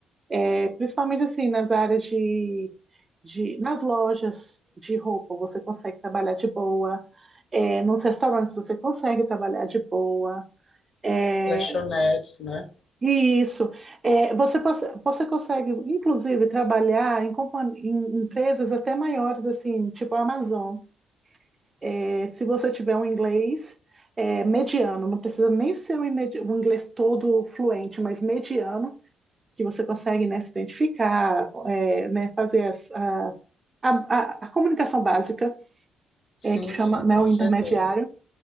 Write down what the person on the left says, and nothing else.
Lanchonetes, né?
Sim,
sim,
com
certeza.